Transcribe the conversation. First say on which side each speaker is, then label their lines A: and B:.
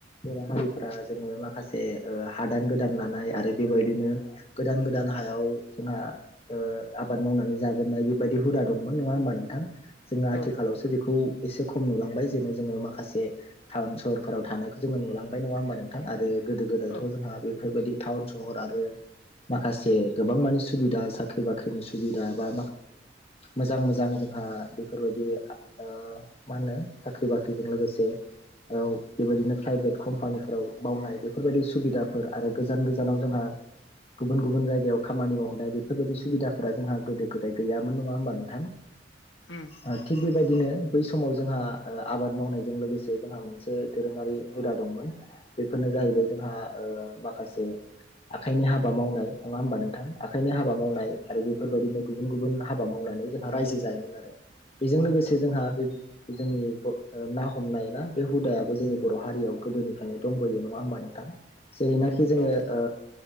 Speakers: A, on the left (about 35°); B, on the left (about 85°).
A: बर' हारिफोरा जोङो माखासे जे ओ हादान गोदान लानाय आरो बेबायदिनो गोदान गोदान हायाव जोंहा ओ आबाद मावनानै जाबोनाय बेबायदि हुदा दंमोन नङा होमबा नोंथां जोङो आथिखालावसो
B: औ नोंथां
A: बेखौ एसे खम नुलांबाय जेन' जोङो माखासे टाउन सहरफोराव थानायखौ जोङो नुलांबाय नङा होमबा नोंथां आरो गोदो गोदायथ'
B: औ
A: जोंहा बेफोरबायदि टाउन सहर आरो माखासे गोबां मानि सुबिदा साख्रि बाख्रिनि सुबिदा बा मोजां मोजां जोंहा बेफोरबायदि ओ मा होनो साख्रि -बाख्रि जों लोगोसे औ बेबायदिनो प्राइभेत कम्पानिफोराव मावनाय फोरबायदि सुबिदाफोर आरो गोजान गोजानाव जोंहा गुबुन- गुबुन जायगायाव खामानि मावहैनाय बेफोरबायदि सुबिदाफोरा जोंहा गोदो गोदाय गैयामोन नङा होमबा नोंथां
B: उम
A: ओ थिग बेबाय दिनो बै समाव जोंहा ओ आबाद मावनायजों लोगोसे जोंहा मोनसे दोरोङारि हुदा दंमोन। बेफोरनो जाहैबाय जोंहा ओ माखासे आखाइनि हाबा मावनाय नङा होमबा नोंथां आखायनि हाबा मावनाय
B: औ
A: आरो बेफोरबायदिनो गुबुन- गुबुन हाबा मावनानै जोंहा रायजो जायोमोन आरो। बेजों लोगोसे जोंहा बे जोंनि ग' ओ ना हमनाय ना बे हुदायाबो जोंनि बर' हारियाव गोदोनिफ्रायनो दंबोयो नङा होमबा नोंथां जेरैनाखि जोङो
B: औ
A: ओ